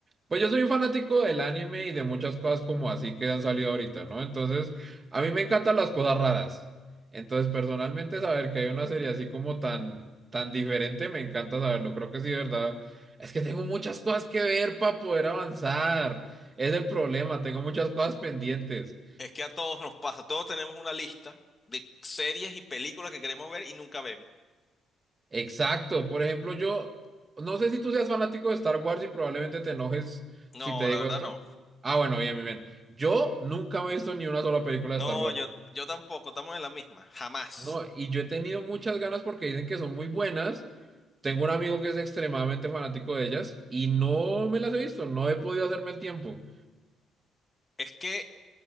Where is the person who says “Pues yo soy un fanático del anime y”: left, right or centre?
Right